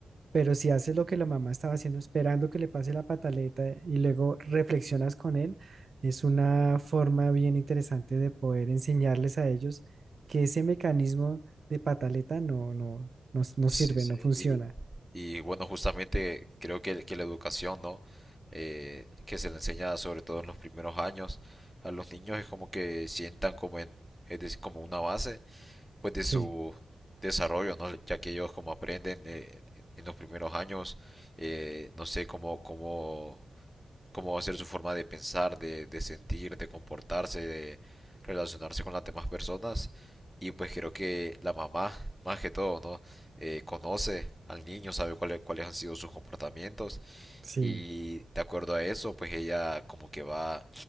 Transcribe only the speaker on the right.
Pero si haces lo que la mamá estaba haciendo, esperando que le pase la pataleta y luego reflexionas con él, es una forma bien interesante de poder enseñarles a ellos que ese mecanismo de pataleta no, no, no, no
sirve,
no funciona.
Sí,
sí.